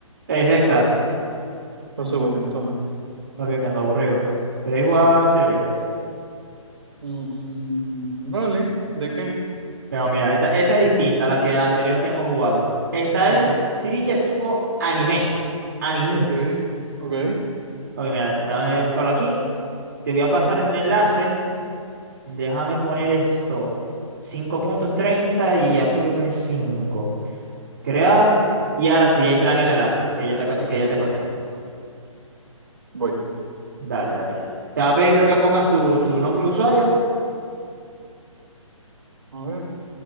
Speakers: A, on the right (about 35°); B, on the right (about 55°).
A: Es Hexa,
B: Por eso, papi, contame.
A: papi, que ando aburrido. ¿Queréis jugar trivia?
B: Mm, vale, ¿de qué?
A: Pero mira, esta, esta es distinta a la que anterior que hemos jugado. Esta
B: Ujú,
A: es trivia tipo anime, animu.
B: Ok, ok,
A: Ok, mira, dame buscarlo aquí. Te voy a pasar
B: ok.
A: el enlace. Déjame poner esto. cinco punto treinta y aquí voy a poner 5. Crear. Y ahora sí, entra en el enlace que ya te, aca- que ya te pasé.
B: Voy.
A: Dale, dale. Te va a pedir, creo que pongas tu, tu nombre de usuario.
B: A ver.